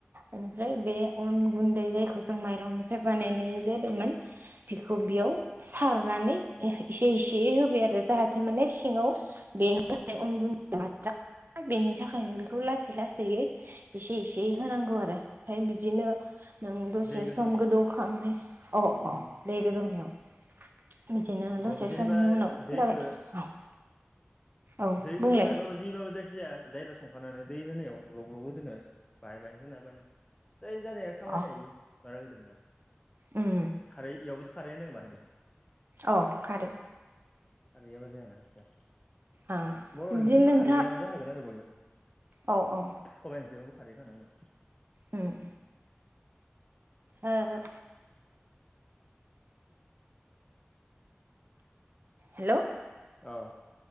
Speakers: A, on the right; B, on the left.
A: बेनिफ्राय बे अन गुन्दै जायखौ जों माइरंनिफ्राय बानायनाय जादोंमोन। बेखौ बेयाव सारनानै इसे इसे होबाय आरो जाहाथे माने सिङाव बे होनाय उन <inaudible> बेनि थाखायनो बेखौ लासै लासैयै इसे इसे होनांगौ आरो ओमफ्राय बिदिनो नों द
B: दै
A: से
B: गोदौनायाव
A: सम गोदौखांनै अ
B: उम
A: अ दै गोदौनायाव बिदिनो
B: ग्लब
A: दसे
B: जेनेबा
A: समनि उनाव
B: दैखो
A: जाबाय औ
B: दै
A: बुंलाय
B: गोदौनायबाबो जि बाबो जाय खिजाया डाइरेक्ट संखानानै दै होनायाव ग्लब ग्लब गोदौनायाव बाहाय बाय होना होबानो जायो जानाया खामानिया
A: अ
B: बारा गोदोर नङा
A: उम
B: खारै इयावबोथ' खारै होनांगो बाहाय <inaudible> <unintelligible>
A: अ खारै
B: खारै होआबा जायाना ओंख्रिया
A: अ
B: बर'नि ओंख्रि
A: बिदिनो
B: होनबा
A: नोंथां
B: खारआनो जाखागोन आरो बयबो
A: औ औ
B: सबाइ ओंख्रि खारै‌ थानांगोन
A: उम ओ हेल'
B: औ